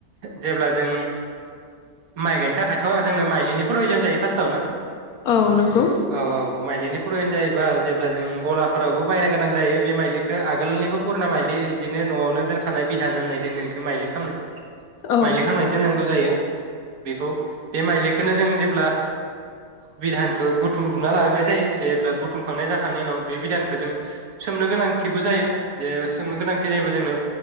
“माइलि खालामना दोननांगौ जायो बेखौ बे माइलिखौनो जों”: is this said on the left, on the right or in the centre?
Right